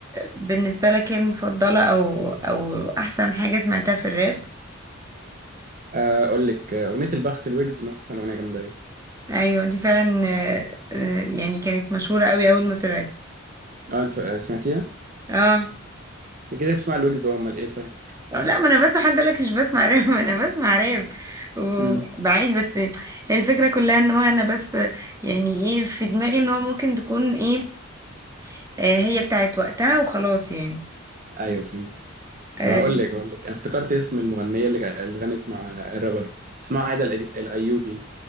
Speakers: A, on the right; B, on the right.
A: بالنسبة لك يعني مفضلة أو أو أحسن حاجة سمعتها في الراب
B: آه، اقول لك آه، اغنيه البخت الويجز مثلا اغنيه جامده جدا
A: أيوة دي فعلا آه، آه، يعني كانت مشهورة أوي أول ما طلعت
B: اه انت آه، سمعتيها
A: اه
B: انت كده بتسمع الويجز هو امال ايه طيب
A: أو لا ما أنا بس حد قالك مش بسمع راب <laughs> ما أنا بسمع راب وبعيد
B: امم
A: بس هي الفكرة كلها إن هو أنا بس يعني إيه في دماغي إن هو ممكن تكون إيه آه، هي بتاعت وقتها وخلاص يعني
B: ايوه فهمت طب
A: آه،
B: هقول لك هقول لك انا افتكرت اسم المغنيه اللي اللي غنت مع الرابر اسمها عايده الأي- الايوبي